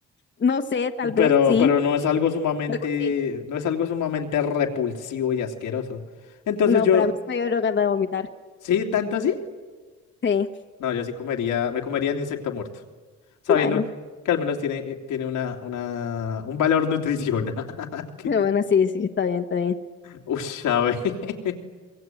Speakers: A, on the left; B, on the left.
A: no sé, tal vez
B: Pero,
A: sí,
B: pero no es algo sumamente,
A: algo así.
B: no es algo sumamente repulsivo y asqueroso. Entonces
A: No,
B: yo,
A: para mí se me dio lo que anda de vomitar.
B: ¿sí? ¿Tanto así?
A: Sí,
B: No, yo sí comería, me comería el insecto muerto. sabiendo
A: bueno,
B: que al menos tiene, eh, tiene una, una, un valor nutricional. <laughs>
A: <laughs>
B: que-
A: bueno, sí, sí, está bien, está bien.
B: Uy, a ver, <laughs>